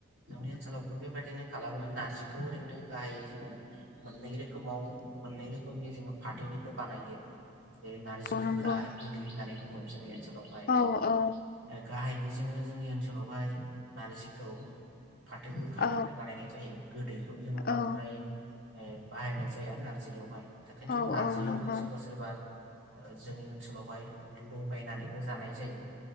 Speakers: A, on the right; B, on the left.
A: जोंनि ओनसोलावबो बेबायदिनो खालामो नारजिखौ ओरैनो गाहायै जोङो मोननै रोखोमाव मोननै रोखोमनि जोङो फाथोनिफ्राय बानायो जेरै नारजि
B: औ
A: गोखा
B: नंगौ
A: आरो गोदै होननानै बुङो। जोंनि ओनसोलावहाय
B: औ औ
A: ओ गाहाइयै जोङो जोंनि ओनसोलावहाय नारजिखौ फाथो गोखानिफ्राय
B: औ
A: बानायनाय जायो। गोदैखौ जोङो बांद्राय
B: औ
A: बाहायनाय जाया नारजियावहाय। दा खिन्थु
B: औ
A: नारजियावहाय
B: औ नंगौ
A: सोरबा सोरबा जोंनि ओनसोलावहाय लगायनानैबो जानाय जायो।